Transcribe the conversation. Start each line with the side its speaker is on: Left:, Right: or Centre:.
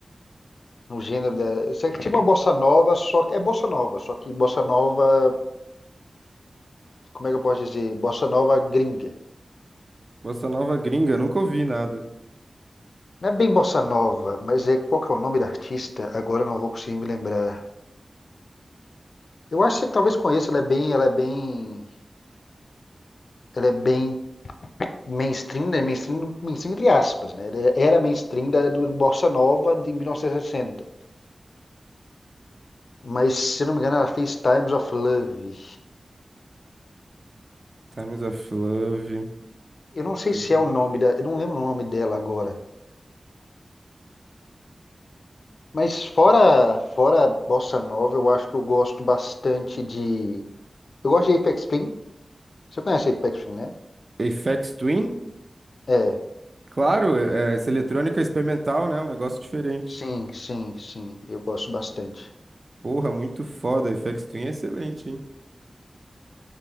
Left: o gênero da, isso é tipo uma bossa nova, só que é bossa nova, só que bossa nova, como é que eu posso dizer? Bossa nova gringa.
Right: Bossa Nova gringa, nunca ouvi nada.
Left: Não é bem bossa nova, mas é qual que é o nome da artista? Agora eu não vou conseguir me lembrar. Eu acho que você talvez conheça, ela é bem, ela é bem, ela é bem mainstream, né? Mainstream, mainstream entre aspas, né? Ela Era mainstream da do bossa nova de mil novecentos e sessenta. Mas, se não me engano, ela fez Times of Love.
Right: Times of Love.
Left: Eu não
Right: Deixa
Left: sei
Right: eu
Left: se
Right: ver.
Left: é o nome da. Eu não lembro o nome dela agora. Mas fora, fora Bossa Nova, eu acho que eu gosto bastante de. Eu gosto de Apex Twin. Você conhece Apex Twin, né?
Right: A- Aphex Twin?
Left: É.
Right: Claro, é, é, essa eletrônica é experimental, né? Um negócio diferente.
Left: Sim, sim, sim. Eu gosto bastante.
Right: Porra, muito foda. Aphex Twin é excelente, hein?